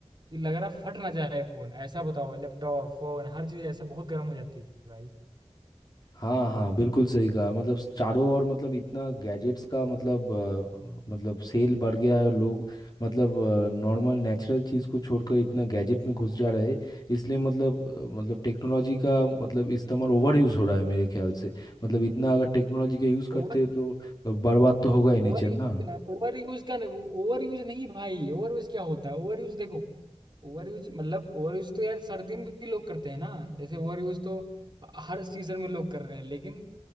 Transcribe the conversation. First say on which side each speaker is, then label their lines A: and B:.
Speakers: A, on the right; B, on the left.
A: कि लग रहा फट ना जाए फोन ऐसा बताओ लैपटॉप फोन हर चीज ऐसा बहुत गर्म हो जाती है भाई
B: हाँ हाँ
A: तुम
B: बिल्कुल सही कहा मतलब चारों ओर मतलब इतना गैजेट्स का मतलब अ, मतलब सेल बढ़ गया है और लोग मतलब नॉर्मल नेचुरल चीज़ को छोड़कर इतना गैजेट में घुस जा रहे हैं इसलिए मतलब अ, मतलब टेक्नोलॉजी का मतलब इस्तेमाल ओवर यूज़ हो रहा है मेरे ख्याल से मतलब इतना अगर टेक्नोलॉजी का यूज़ करते
A: over
B: हैं तो बर्बाद तो होगा ही
A: over
B: नेचर
A: use
B: ना
A: over use का ओवर यूज नहीं भाई ओवर यूज क्या होता है ओवर यूज देखो ओवर यूज मतलब ओवर यूज तो यार सर्दी में भी लोग करते हैं ना ऐसे ओवर यूज तो हर सीजन में लोग कर रहे हैं लेकिन